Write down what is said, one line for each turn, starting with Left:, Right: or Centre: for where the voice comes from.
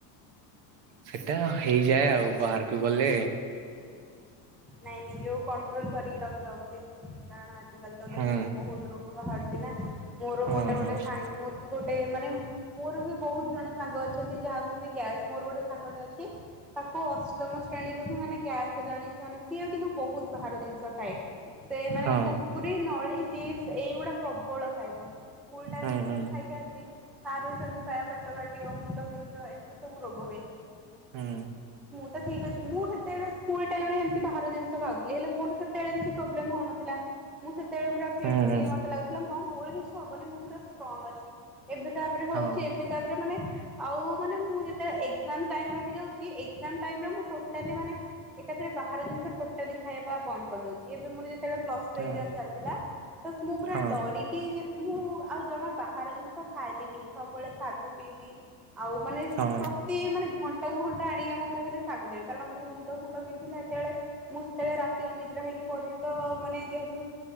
Right: ସେଟା ହେଇଯାଏ ଆଉ ବାହାରକୁ ଗଲେ
Centre: ନାଇଁ ନିଜକୁ କଣ୍ଟ୍ରୋଲ କରିକି ରଖିବା ଉଚିତ କାରଣ ଆଆ,, ଆଜିକାଲି ତ
Right: ହୁଁ
Centre: ଦେଖୁଛ ବହୁତ ରୋଗ ବାହାରୁଛି ନା ମୋର
Right: ହଁ
Centre: ଗୋଟେ ଗୋଟେ
Right: ହଁ
Centre: ସାଙ୍ଗ ମୋର ବି ଗୋଟେ ମାନେ ମୋର ବି ବହୁତ ଜଣ ସାଙ୍ଗ ଅଛନ୍ତି ଯାହାକୁ ଗ୍ୟାସ ମୋର ଗୋଟେ ସାଙ୍ଗଟେ ଅଛି ତାକୁ ଅଷ୍ଟମ ଶ୍ରେଣୀରୁ ହିଁ ମାନେ ଗ୍ୟାସ ହେଲାଣି ସୋନେ ସିଏ କିନ୍ତୁ ବହୁତ ବାହାର ଜିନିଷ ଖାଏ। ସେ ମାନେ
Right: ହଁ
Centre: କୁର୍କୁରିୀ ନଳି ଚିପ୍ ଏଇଗୁଡା ପ୍ରବଳ ଖାଏ। ସ୍କୁଲ ଟାଇମରୁ
Right: ହଁ ହୁଁ ହୁଁ
Centre: ଖାଇକି ଆସିଛି। ତାର ବି ସେମିତି ପେଟ କାଟିବ ମୁଣ୍ଡ ବିନ୍ଦିବ ଏମିତି ସବୁ ରୋଗ ହୁଏ।
Right: ହୁଁ।
Centre: ଠିକ ଅଛି ମୁଁ ସେତେବେଳେ ସ୍କୁଲ ଟାଇମ ରେ ବାହାର ଜିନିଷ ଖାଉଥିଲେ ହେଲେ ମୋର ସେତେବେଳେ କିଛି ପ୍ରୋବ୍ଲେମ ହଉନଥିଲା। ମୁଁ ସେତେବେଳେ ପୁର ଫିଟ
Right: ହୁଁ
Centre: ଥିଲି
Right: ହୁଁ
Centre: ମତେ ଲାଗୁଥିଲା ହଁ ମୋର କିଛି ହବନି ମୁଁ ପୁର ଷ୍ଟ୍ରଙ୍ଗ ଅଛି। ଏବେ ତାପରେ ହଉଛି
Right: ହଁ
Centre: ଏବେ ତାପରେ ମାନେ ଆଉ ମାନେ ମୁଁ ଯେତେଳେ ଏକ୍ଜାମ ଟାଇମ ରହିଯାଉଛି ଏକ୍ସମ୍ ଟାଇମରେ ମୁଁ ଟୋଟାଲି ମାନେ ଏକାଥରେ ବାହାର ଜିନିଷ ଟୋଟାଲି ଖାଇବା ବନ୍ଦ କରିଦଉଛି ଏବେ ମୋର ସେତେବେଳେ ପ୍ଲସଟୁ
Right: ହଁ
Centre: ଏକ୍ସଯାମ ଚାଲିଥିଲା ମୁଁ ପୁରା
Right: ହଁ
Centre: ଡରିକି ମୁଁ ଆଉ ଜମା ବାହାର ଜିନିଷ ଖାଇଲିନି ସବୁବେଳେ ଶାଗୁ ପିଇବି ଆଉ ମାନେ
Right: ହଁ
Centre: ପ୍ରତି ମାନେ ଘଣ୍ଟା କୁ ଘଣ୍ଟା ଆଣିକି ଆମ ଘରେ ଖାଲି ଶାଗୁ ଦେବେ କାରଣ ମୁଁ ମୁଣ୍ଡ ଫୁଣ୍ଡ ବିନ୍ଧିଲା। ସେତେବେଳେ ମୁଁ ସେତେବେଳେ ରାତି ଅନିଦ୍ରା ହେଇକି ପଢେ ତ ମାନେ ଯେହେତୁ